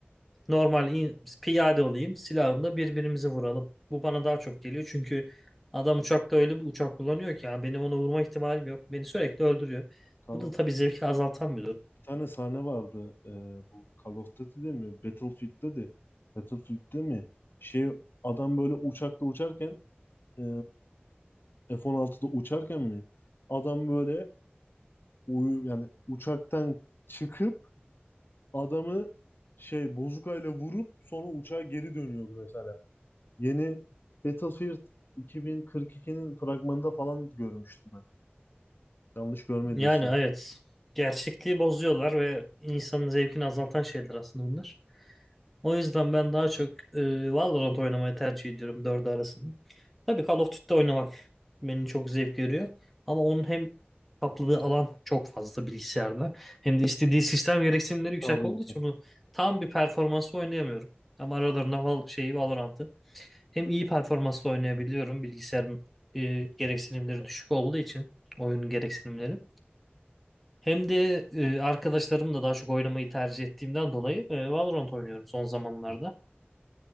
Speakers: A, in the centre; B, on the left (about 60°).
A: Normal in- piyade olayım, silahımla birbirimizi vuralım. Bu bana daha çok geliyor çünkü adam uçakta öyle bir uçak kullanıyor ki ya benim ona vurma ihtimalim yok. Beni sürekli öldürüyor.
B: Call
A: Bu da
B: of
A: tabii zevki azaltan bir durum.
B: bir tane sahne vardı. e, bu Call of Duty'de mi? Battlefield'de de. Battlefield'de mi? Şey adam böyle uçakla uçarken e, f on altıda uçarken mi? Adam böyle uyu yani uçaktan çıkıp adamı şey bozukayla vurup sonra uçağa geri dönüyordu mesela. Yeni Battlefield 2042'nin fragmanında falan görmüştüm ben. Yanlış görmediysem.
A: Yani evet, gerçekliği bozuyorlar ve insanın zevkini azaltan şeyler aslında bunlar. O yüzden ben daha çok e, Valorant oynamayı tercih ediyorum dördü arasında. Tabii Call of Duty oynamak beni çok zevk veriyor. Ama onun hem kapladığı alan çok fazla bilgisayarda hem de istediği sistem gereksinimleri yüksek
B: Tabii
A: olduğu
B: ki.
A: için onu tam bir performansla oynayamıyorum. Ama aralarında Val şeyi Valorant'ı hem iyi performansla oynayabiliyorum bilgisayarın e, gereksinimleri düşük olduğu için oyunun gereksinimleri. Hem de e, arkadaşlarımla daha çok oynamayı tercih ettiğimden dolayı e, Valorant oynuyorum son zamanlarda.